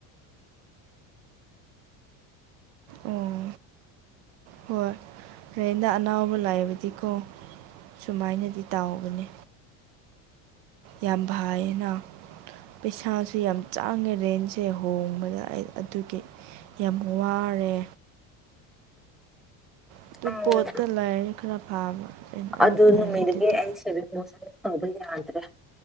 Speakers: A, on the right; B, in the centre.
A: ꯑꯣ ꯍꯣꯏ ꯔꯦꯟꯗ ꯑꯅꯧꯕ ꯂꯩꯕꯗꯤꯀꯣ ꯁꯨꯃꯥꯏꯅꯗꯤ ꯇꯥꯎꯕꯅꯦ ꯌꯥꯝ ꯥꯏꯅ ꯄꯩꯁꯥꯁꯨ ꯌꯥꯝ ꯆꯥꯡꯉꯦ ꯔꯦꯟꯁꯦ ꯍꯣꯡꯕꯗ ꯑꯩ ꯑꯗꯨꯒꯤ ꯌꯥꯝ ꯋꯥꯔꯦ ꯑꯗꯨ
B: ꯎꯝ
A: ꯄꯣꯠꯇ ꯂꯩꯔꯗꯤ ꯈꯔ ꯐꯕ ꯔꯦꯟ ꯑꯃꯨꯛ
B: ꯑꯗꯨ
A: ꯂꯩꯕꯗꯨꯗꯤ
B: ꯅꯃꯤꯗꯒꯤꯁ ꯐꯪꯕ ꯌꯥꯗ꯭ꯔꯦ